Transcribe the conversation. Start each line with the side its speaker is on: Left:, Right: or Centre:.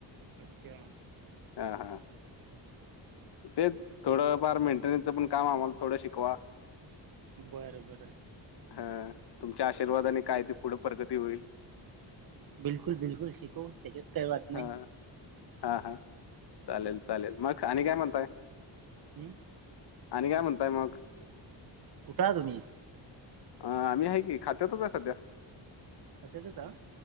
Right: अच्छा
Left: हा हा तेच थोडं फार मेंटेन्सचं पण काम आम्हाला थोडं शिकवा.
Right: बरं बरं
Left: हा तुमच्या आशीर्वादाने काय ते पुढं प्रगती होईल
Right: बिलकुल बिलकु सिखो त्याच्यात काही वात नाही
Left: हा हा हा, चालेल
Right: हम्म.
Left: चालेल मग आणि काय म्हणताय?
Right: हम्म
Left: आणि काय म्हणताय मग?
Right: कुठं हाय तुम्ही?
Left: अ आम्ही आहे की खात्यातच आहे सध्या.
Right: खात्यातच आहा